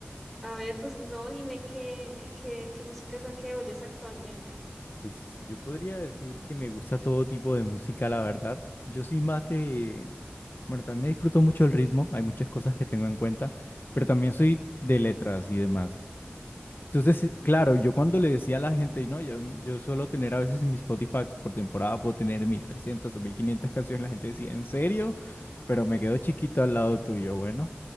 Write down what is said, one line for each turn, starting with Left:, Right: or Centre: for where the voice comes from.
Centre: a ver, pues no, dime qué, qué, qué música es la que oyes actualmente.
Left: Pues yo podría decir que me gusta todo tipo de música, la verdad. Yo soy más de... Bueno, también disfruto mucho el ritmo, hay muchas cosas que tengo en cuenta, pero también soy de letras y demás. Entonces, claro, yo cuando le decía a la gente, no, yo, yo suelo tener a veces en mi Spotify por temporada, puedo tener 1300 o 1500 canciones, la gente decía, ¿en serio? Pero me quedo chiquito al lado tuyo, bueno.